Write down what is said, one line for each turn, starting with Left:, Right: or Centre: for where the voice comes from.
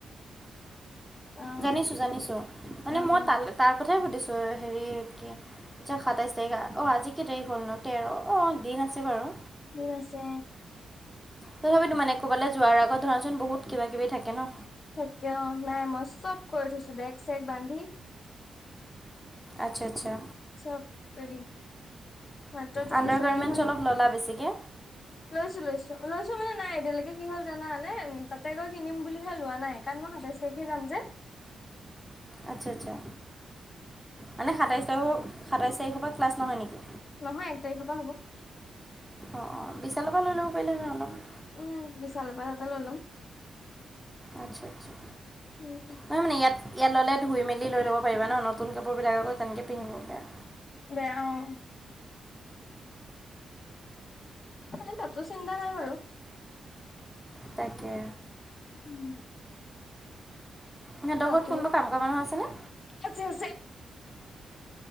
Left: অ
Centre: জানিছোঁ-জানিছোঁ। মানে
Left: অ
Centre: মই
Left: অ
Centre: তালে- তাৰ কথাই সুধিছো হেৰি কি আচ্ছা সাতাইছ তাৰিখ অ', আজি কেই তাৰিখ হ'ল ন তেৰ অ', দিন আছে বাৰু।
Left: দিন আছে।
Centre: তথাপি তো মানে ক'বালে যোৱাৰ আগত ধৰাচোন বহুত কিবা-কিবি থাকে ন।
Left: থাকে অ', নাই মই চব কৰি থৈছোঁ বেগ চেগ বান্ধি
Centre: আচ্ছা, আচ্ছা।
Left: চব ৰেডি মাত্ৰ তুলি
Centre: আণ্ডাৰ
Left: চিলি
Centre: গাৰ্মেণ্টছ
Left: কিখন
Centre: অলপ ল'লা বেছিকৈ
Left: লৈছোঁ, লৈছোঁ, লৈছোঁ মানে নাই এতিয়ালৈকে কি হ'ল জানে তাতে গৈ কিনিম বুলিহে লোৱা নাই কাৰণ মই সাতাইশ <unintelligible> যাম যে
Centre: আচ্ছা, আচ্ছা মানে সাতাইছ তাৰিখৰ সাতাইছ তাৰিখৰ পৰা ক্লাছ নহয় নেকি।
Left: নহয় এক তাৰিখৰ পৰা হ'ব।
Centre: অ', অ', বিশালৰ পৰা লৈ ল'ব পাৰিলে নহয় অলপ।
Left: উম বিশালৰপ পৰা তাতে লৈ ল'ম।
Centre: আচ্ছা, আচ্ছা।
Left: উম, উম।
Centre: নহ মান ইয়াত ইয়াত ল'লে ধুই মেল লৈ ল'ব পাৰা নতুন কাপোৰবিলাক আকৌ তেনেকৈ পিন্ধিব পাৰে।
Left: দেয়া অ'। খালি তাতো চিন্তা নাই বাৰু।
Centre: তাকে।
Left: উম।
Centre: সিহঁতৰ
Left: তাতো
Centre: ঘৰত কোনোবা কাম মানুহ আছেনে?
Left: আছে, আছে।